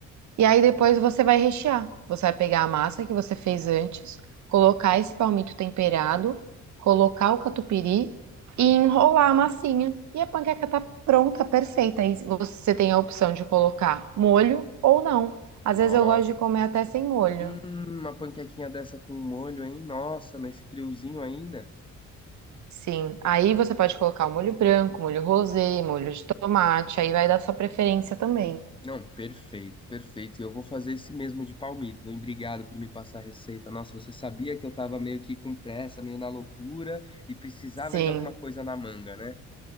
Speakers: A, on the right; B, on the left.
A: E aí depois você vai rechear. Você vai pegar a massa que você fez antes, colocar esse palmito temperado, colocar o catupiry e enrolar a massinha. E a panqueca tá pronta, perfeita. Aí você tem a opção de colocar molho ou não. Às
B: Nossa.
A: vezes eu gosto de comer até sem molho.
B: Hum, uma panquequinha dessa com molho, hein? Nossa, nesse friozinho ainda.
A: Sim, aí você pode colocar o molho branco, molho rosé, molho de tomate, aí vai dar sua preferência também.
B: Não, perfeito, perfeito. E Eu vou fazer esse mesmo de palmito. Hein? Obrigado por me passar a receita. Nossa, você sabia que eu tava meio que com pressa, meio na loucura e precisava
A: Sim.
B: de alguma coisa na manga, né?